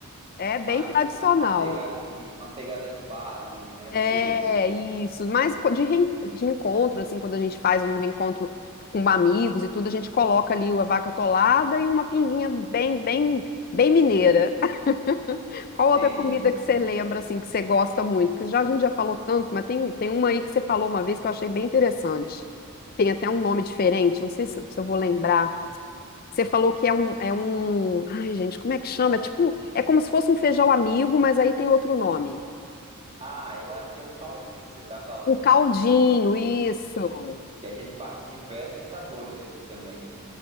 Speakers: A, on the left; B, on the right.
A: É bem
B: Mais
A: tradicional.
B: uma, uma pegada de, uma pegada de bar ali, né?
A: É
B: Você
A: isso. Mas co- de, reen- de encontro, assim, quando a gente faz um reencontro tipo, com amigos e tudo, a gente coloca ali a vaca atolada e uma pinguinha bem, bem, bem mineira. <laughs> Qual outra
B: entende?
A: comida que você lembra, assim, que você gosta muito? Porque já, a gente já falou tanto, mas tem, tem uma aí que você falou uma vez que eu achei bem interessante. Tem até um nome diferente, não sei se, eu se eu vou lembrar. Você falou que é um, é um. Ai, gente, como é que chama? É tipo, um- é como se fosse um feijão amigo, mas aí tem outro nome.
B: Ah, eu acho que é o caldinho que você está falando.
A: O caldinho, isso.
B: Que a gente parte de diversos sabores aqui também.